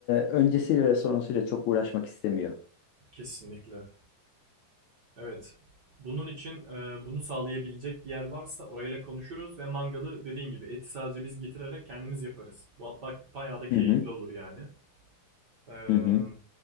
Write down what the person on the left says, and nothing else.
öncesiyle ve sonrasıyla çok uğraşmak istemiyor.
Hı hı
hı hı